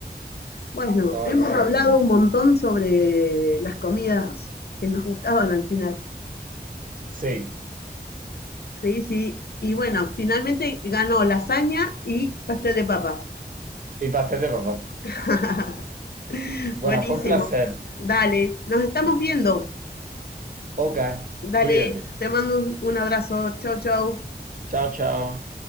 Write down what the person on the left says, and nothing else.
Bueno,
hemos
hablado un montón sobre las comidas que nos gustaban al final.
Sí, sí. Y bueno, finalmente ganó lasaña y pastel de papa.
<laughs>
Buenísimo.
Dale, nos estamos viendo.
Dale,
te mando un, un abrazo. Chau, chau.